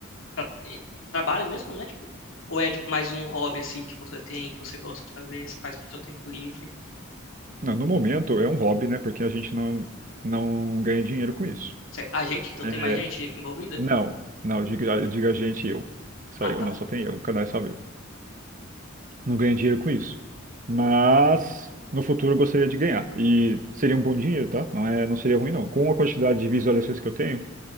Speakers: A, on the left (about 75°); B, on the right (about 40°).
A: pra, é, trabalho mesmo, né? Tipo, ou é, tipo, mais um hobby, assim, que você tem, que você gosta de fazer, você faz no seu tempo livre?
B: Não, no momento é um hobby, né? Porque a gente não, não ganha dinheiro com isso.
A: Certo. A gente? Então
B: É,
A: tem mais gente envolvida?
B: não, não, diga, diga a gente e eu. Só
A: Ah,
B: eu,
A: tá.
B: não, só tem eu, o canal é só meu. Não ganho dinheiro com isso. Mas no futuro eu gostaria de ganhar. E seria um bom dinheiro, tá? Não é, não seria ruim, não. Com a quantidade de visualizações que eu tenho.